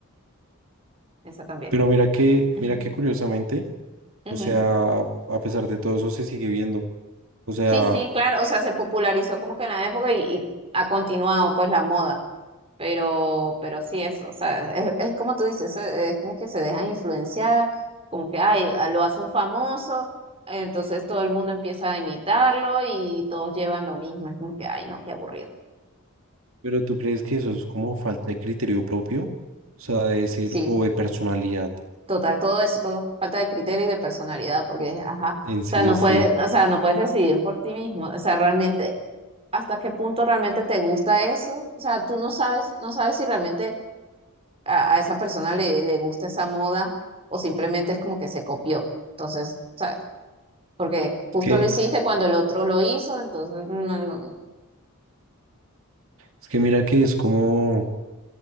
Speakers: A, on the right; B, on the right.
A: esa también.
B: pero mira que,
A: <laughs>
B: mira que curiosamente, o
A: Ujú.
B: sea, a pesar de todo eso se sigue viendo. O sea,
A: Sí, sí, claro, o sea, se popularizó como que en la época y, y ha continuado pues la moda. Pero, pero sí, eso, o sea, es, es como tú dices, eso es como que se dejan influenciar, como que, ay, a- lo hace un famoso, entonces todo el mundo empieza a imitarlo y todos llevan lo mismo, es como que, ay, no, qué aburrido.
B: Pero tú crees que eso es como falta de criterio propio, o sea, de decir,
A: Sí,
B: o de personalidad.
A: total, todo eso, todo, falta de criterio y de personalidad, porque, ajá, o
B: En serio,
A: sea, no
B: sí.
A: puedes, o sea, no puedes decidir por ti mismo, o sea, realmente, hasta qué punto realmente te gusta eso, o sea, tú no sabes, no sabes si realmente a, a esa persona le, le gusta esa moda o simplemente es como que se copió. Entonces, ¿sabes? Porque justo
B: Es que,
A: lo hiciste cuando el otro lo hizo, entonces, no, no.
B: es que mira que es como,